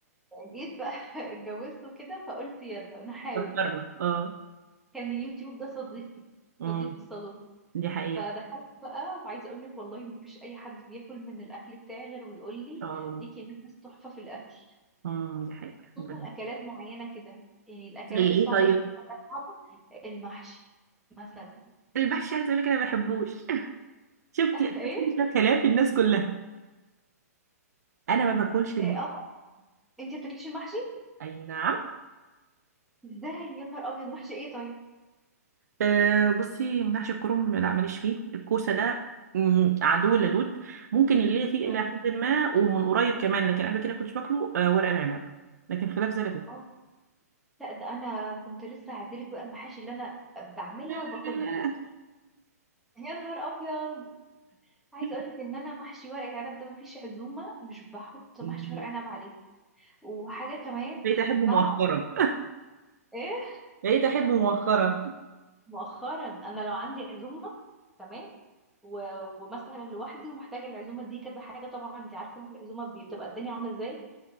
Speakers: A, in the centre; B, on the right (about 75°).
A: جيت بقى <laughs> اتجوزت وكده فقلت يلا نحاول
B: <laughs> فكرنا
A: بقى
B: اه
A: كان اليوتيوب ده صديقي
B: امم
A: صديق الصالون
B: دي حقيقة
A: فدخلت
B: ان
A: بقى وعايزه اقول لك والله ما فيش اي حد بياكل من الاكل بتاعي غير ويقول لي
B: شاء الله
A: ليكي ناس تحفه في الاكل
B: امم دي حقيقة
A: خصوصا
B: ربنا-
A: اكلات معينه كده يعني الاكلات
B: زي ايه
A: الصعبه
B: طيب
A: اللي بتبقى صعبه المحشي مثلا
B: المحشي عايزة اقول لك انا ما بحبوش <laughs> شفتي
A: <laughs>
B: أنا
A: ايه
B: في خلاف الناس كلها انا ما باكلش الم...
A: إيه، اه انتي بتاكليش المحشي
B: اي نعم
A: ازاي يا نهار ابيض محشي ايه طيب
B: أه بصي محشي الكرنب لا ماليش فيه الكوسة ده مم، عدو لدود ممكن اللي هي فيه
A: اه
B: الى حد ما ومن قريب كمان لكن قبل كده كنتش باكله أه ورق العنب لكن خلاف ذلك
A: آه. لا ده انا كنت لسه هعدلك بقى المحاشي اللي انا بعملها
B: لا
A: وباكلها
B: لا لا لا
A: يا نهار ابيض عايزه
B: لا.
A: اقول لك ان انا محشي ورق العنب ده مفيش عزومه مش بحط محشي
B: مم.
A: ورق عنب عليه وحاجه كمان
B: بقيت احبه
A: بقى
B: مؤخرا
A: ايه
B: بقيت احبه مؤخرا
A: مؤخرا انا لو عندي عزومه تمام و... ومثلا لوحدي ومحتاجه العزومه دي كذا حاجه طبعا انت عارفه يوم العزومه بتبقى الدنيا عامله ازاي